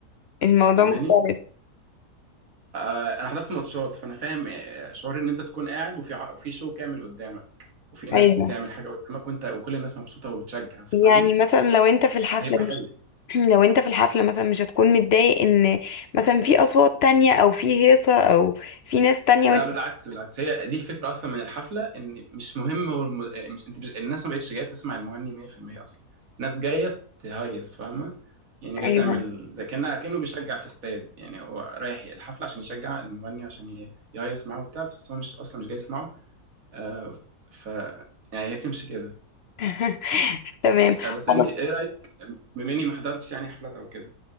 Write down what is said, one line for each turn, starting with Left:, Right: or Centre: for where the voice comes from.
Left: الموضوع
Right: فاهماني
Left: مختلف
Right: آه انا حضرت ماتشات فانا فاهم آه، شعور ان انت تكون قاعد وفي ع- وفي شو كامل قدامك وفي ناس
Left: أيوه
Right: بتعمل حاجه قدامك وانت وكل الناس مبسوطه وبتشجع فاهم
Left: يعني مثلا لو انت في الحفلة
Right: هيبقى حلو
Left: مش <clears throat> لو انت في الحفلة مثلا مش هتكون متضايق ان مثلا في اصوات تانية او في هيصة او في ناس تانية
Right: لا
Left: وانت
Right: بالعكس بالعكس هي دي الفكره اصلا من الحفله ان مش مهم هو الم... إيه، مش انت مش... الناس ما بقتش جايه تسمع المغني 100% اصلا الناس جايه تهيص فاهمه يعني جايه
Left: ايوه
Right: تعمل زي كانه كانه بيشجع في استاد يعني هو رايح الحفله عشان يشجع المغني عشان ي- يهيص معاه وبتاع بس هو مش اصلا مش جاي يسمعه آه ف يعني هي بتمشي كده
Left: <laughs> تمام
Right: آه بس
Left: خلاص
Right: انت ايه رايك بما اني ما حضرتش يعني حفلات او كده